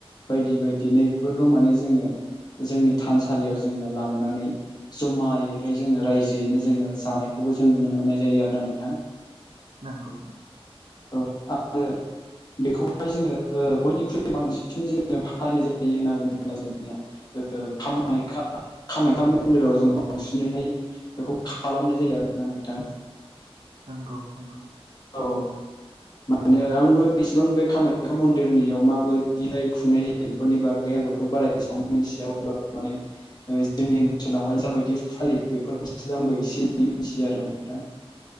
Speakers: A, on the left; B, on the right.
A: बायदि बायदि नै बेफोरखौ माने जोङो जोंनि थानसालियाव जोङो लांनानै जमायैहाय जोङो रायजोयैनो जोङो जानायखौबो जों नुनो मोननाय जायो आरोना नोंथां।
B: नंगौ।
A: औ <unintelligible> बेखौहाय जोङो ओ बयनिख्रुइबो बांसिन जोङो फालिनाय जायो होनना बुंङोब्ला जोंनिया कामाख्या कामाख्या मन्दिराव जोङो बांसिनैहाय बेखौ खालामनाय जायो आरोना नोंथां।
B: नंगौ नंगौ।
A: औ। माने आंबो इसेबां बे कामाख्या मन्दिरनियाव माबायदिहाय खुंनाय जायो बेफोरनि बा गै आंखौथ' बारा एसेबां मिथिया माने जोंनि ओनसोलावहाय जाबायदि फालियो बेफोरखौसो जांबो एसे एनै मिथियो आरोना नोंथां।